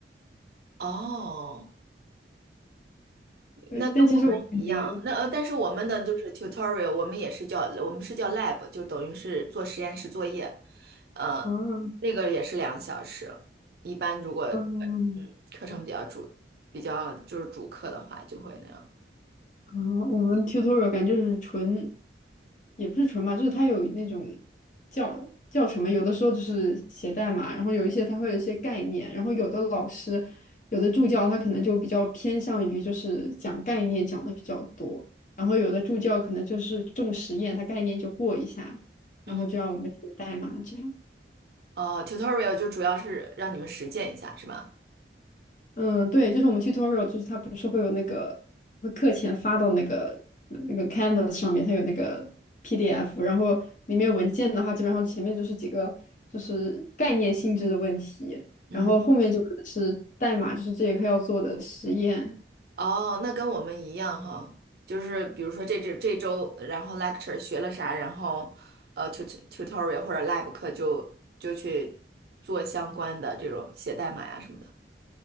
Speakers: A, on the right; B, on the left.
A: 哦。
B: 对，
A: 那跟我们一样，
B: 但其实我感觉，
A: 那呃，但是我们的就是 tutorial，我们也是叫我们是叫 lab，就等于是做实验室作业，呃，
B: 嗯
A: 那个也是两个小时。一般如果
B: 嗯。
A: 嗯课程比较主比较就是主课的话，就会那样。
B: 嗯，我们 tutorial 感觉就是纯，也不是纯吧，就是它有那种教教程嘛，有的时候就是写代码，然后有一些它会有一些概念，然后有的老师，有的助教他可能就比较偏向于就是讲概念讲的比较多，然后有的助教可能就是重实验，他概念就过一下，
A: 嗯，
B: 然后就让我们写代码这样。
A: 哦，tutorial 就主要是让你们实践一下，是吧？
B: 嗯，对，就是我们 tutorial，就是它不是会有那个会课前发到那个那个 Canvas 上面，它有那个 PDF，然后里面有文件的话，基本上前面就是几个就是概念性质的问题，
A: 嗯。
B: 然后后面就可能是代码，就是这节课要做的实验。
A: 哦，那跟我们一样哈，就是比如说这这这周，然后 lecture 学了啥，然后呃 tut tutorial 或者 lab 课就就去做相关的这种写代码呀什么的。